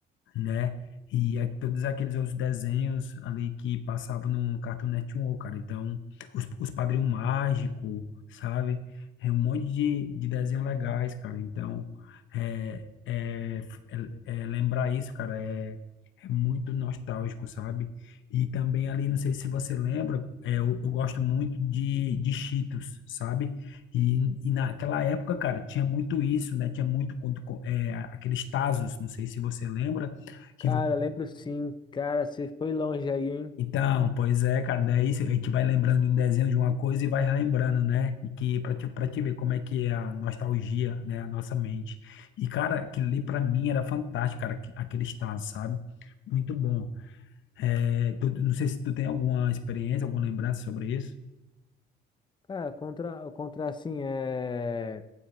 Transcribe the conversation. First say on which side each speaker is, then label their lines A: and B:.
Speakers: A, on the left; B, on the left.
A: né? E a- todos aqueles outros desenhos ali que passavam no Cartoon Network, cara. Então, os, os Padrinhos Mágico, sabe? É um monte de, de desenhos legais, cara. Então, é, é, é- é lembrar isso, cara, é, é muito nostálgico, sabe? E também ali, não sei se você lembra, é, eu, eu gosto muito de, de Cheetos, sabe? E, e naquela época, cara, tinha muito isso, né? Tinha muito quando, co- é, aqueles Tazos, não sei se você lembra, que
B: Cara,
A: vo-
B: lembro sim, cara, você foi longe aí, hein?
A: Então, pois é, cara, daí cê- a gente vai lembrando de um desenho de uma coisa e vai relembrando, né? E que para te, para te ver como é que é a nostalgia, né, a nossa mente. E, cara, aquilo ali para mim era fantástico, cara, aque- aquele estado, sabe? Muito bom. É, tu- tu- não sei se tu tem alguma experiência, alguma lembrança sobre isso.
B: Cara, contra, contra assim, é.